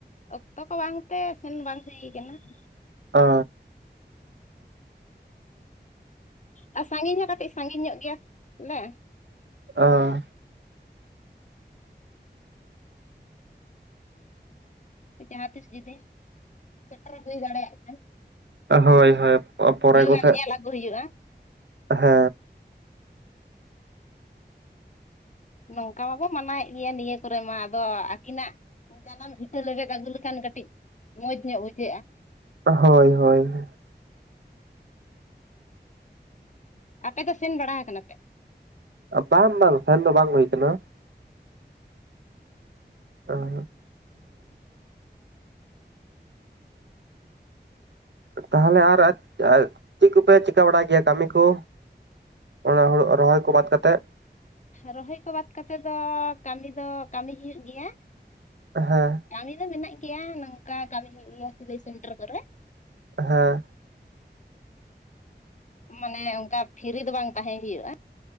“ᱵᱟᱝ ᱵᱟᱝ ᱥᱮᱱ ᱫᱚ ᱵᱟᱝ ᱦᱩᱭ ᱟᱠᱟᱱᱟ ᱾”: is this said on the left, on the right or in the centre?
Right